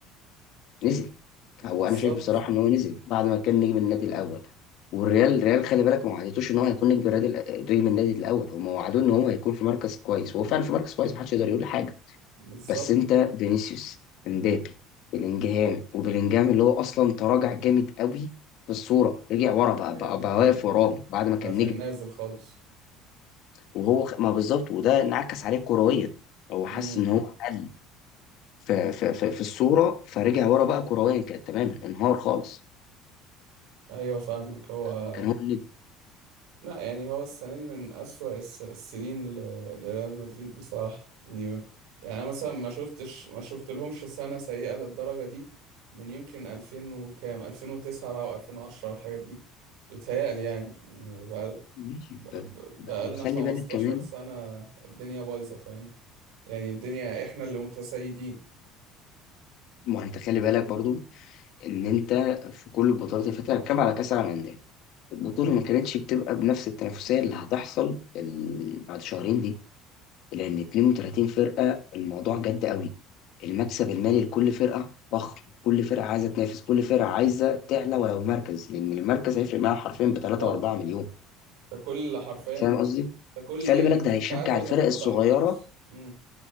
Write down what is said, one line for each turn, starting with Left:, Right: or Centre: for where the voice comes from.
Left: نزل
Right: بالظبط
Left: هو انا شايف بصراحه ان هو نزل بعد ما كان نجم النادي الاول والريال الريال خلي بالك ما وعدتوش ان هو هيكون نجم النادي نجم النادي الاول هم وعدوه ان هو هيكون في مركز كويس وهو فعلا في مركز كويس محدش يقدر يقول حاجه
Right: بالظبط
Left: بس انت فينيسيوس امبابي بلينجهام وبلينجهام اللي هو اصلا تراجع جامد قوي في الصوره رجع ورا بقى
Right: ايوه
Left: بقى,
Right: دي
Left: بقى
Right: حقيقة
Left: واقف وراهم بعد ما كان
Right: بقى في
Left: نجم
Right: النازل خالص
Left: وهو خ- ما بالظبط وده انعكس عليه كرويا هو حس
Right: امم
Left: ان هو قل في في في, في الصوره فرجع ورا بقى كرويا كان تماما انهار خالص
Right: ايوه فاهمك هو
Left: بعد ما كان هو النجم
Right: لا يعني هو السنه دي من اسوأ الس- السنين ل- لريال مدريد بصراحه يعني يعني انا مثلا ما شفتش ما شفت لهمش سنه سيئه للدرجه دي من يمكن 2000 وكام 2009 بقى و2010 والحاجات دي بيتهيألي يعني يعني بقى
Left: ماشي
Right: بقى
Left: ب- ب- وخلي
Right: لنا 15
Left: بالك كمان
Right: سنه الدنيا بايظه فاهم يعني الدنيا احنا اللي متسيدين
Left: ما هو انت خلي بالك برضو ان انت في كل البطولات اللي فاتت هتكلم على كاس العالم للانديه البطولة
Right: امم
Left: ما كانتش بتبقى بنفس التنافسية اللي هتحصل ال- بعد شهرين دي لأن 32 فرقة الموضوع جد قوي المكسب المالي لكل فرقة ضخم كل فرقة عايزة تنافس كل فرقة عايزة تعلى ولو مركز لأن المركز هيفرق معاها حرفيا بتلاتة
Right: بالظبط
Left: وأربعة مليون
Right: ده كل حرفيا
Left: فاهم
Right: انت
Left: قصدي؟
Right: كل
Left: خلي
Right: انت
Left: بالك ده
Right: التعادل
Left: هيشجع الفرق
Right: هتاخد
Left: الصغيرة
Right: عليه فلوس امم